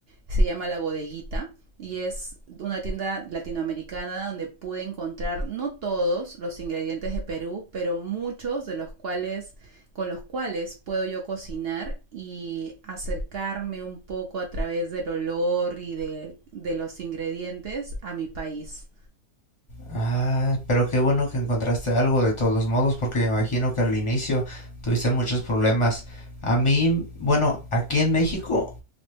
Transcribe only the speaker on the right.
se llama La Bodeguita y es una tienda latinoamericana donde pude encontrar no todos los ingredientes de Perú, pero muchos de los cuales con los cuales puedo yo cocinar y acercarme un poco a través del olor y de, de los ingredientes a mi país.